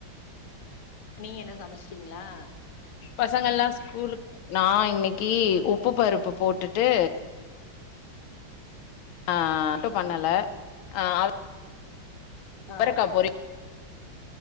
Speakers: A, on the left; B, on the left.
A: நீங்க என்ன சமைச்சிட்டீங்களா
B: பசங்கள்ல்லாம் ஸ்கூலுக் நான் இன்னைக்கு உப்பு பருப்பு போட்டுட்டு ஆ அட்டும் பண்ணல ஆ அவ்
A: ஆ
B: அவரக்கா பொறி